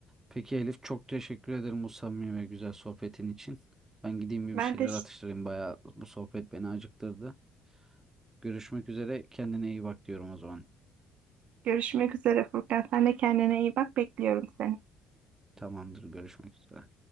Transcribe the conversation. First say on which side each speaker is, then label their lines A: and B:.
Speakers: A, on the right; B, on the right.
A: Peki Elif çok teşekkür ederim bu samimi ve güzel sohbetin için. Ben gideyim bir
B: Ben
A: bir şeyler
B: de
A: atıştırayım. Bayağı bu sohbet beni acıktırdı. Görüşmek üzere. Kendine iyi bak diyorum o zaman.
B: Görüşmek üzere Furkan. Sen de kendine iyi bak. Bekliyorum seni.
A: Tamamdır. Görüşmek üzere.